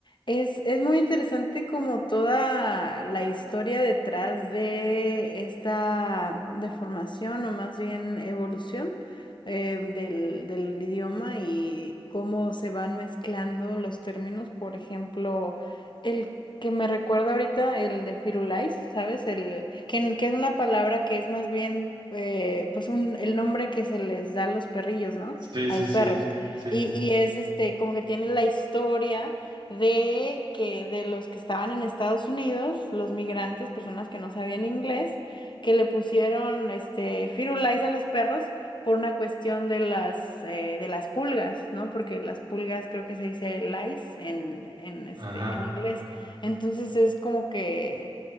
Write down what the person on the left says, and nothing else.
es, es muy interesante como toda la historia detrás de esta deformación o más bien evolución em, del, del idioma y cómo se van mezclando los términos. Por ejemplo, el que me recuerda ahorita, el de Firulais, ¿sabes? El, que, que es una palabra que es más bien eh, pues un, el nombre que se les da a los perrillos, ¿no?
A
los
perros.
Y, y es este, como que tiene la historia de que de los que estaban en Estados Unidos, los migrantes, personas que no sabían inglés, que le pusieron este firulais a los perros por una cuestión de las eh, de las pulgas, ¿no? Porque las pulgas creo que se dice lice en, en este
en inglés. Entonces es como que